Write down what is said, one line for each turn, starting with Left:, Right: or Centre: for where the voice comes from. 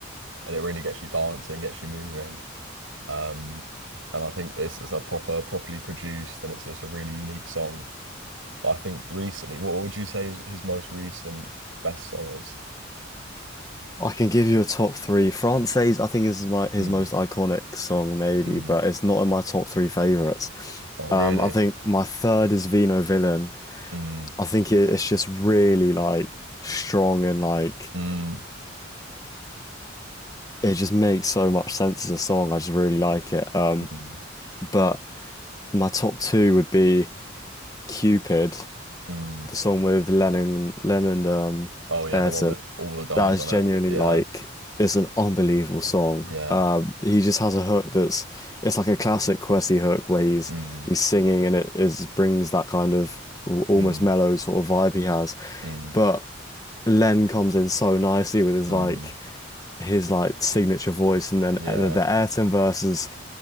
Right: and it really gets you dancing, gets you moving. Um, and I think this is a proper, properly produced, and it's just a really unique song. But I think recently, what would you say is his most recent best song is?
Left: I can give you a top three. Frances, I think, is my his
Right: Mm,
Left: most iconic song, maybe,
Right: mm.
Left: but it's not in my top three favorites.
Right: Oh, really?
Left: Um, I think my third is Vino Villain.
Right: Mm,
Left: I think it, it's just really like strong and like
Right: mm,
Left: it just makes so much sense as a song. I just really like it. Um,
Right: mm,
Left: but my top two would be Cupid,
Right: mm.
Left: the song with Lennon, Lennon, um,
Right: Oh, yeah,
Left: Ayrton.
Right: the one with all the guys
Left: That is
Right: on
Left: genuinely
Right: it. Yeah,
Left: like it's an unbelievable song.
Right: yeah.
Left: Um, he just has a hook that's it's like a classic Kwesi hook where he's
Right: Mm,
Left: he's singing and it is brings that kind of al- almost
Right: mm,
Left: mellow sort of vibe he has.
Right: mm,
Left: But Len comes in so nicely with his
Right: mm.
Left: like his like signature voice, and then
Right: Yeah,
Left: the, the Ayrton verses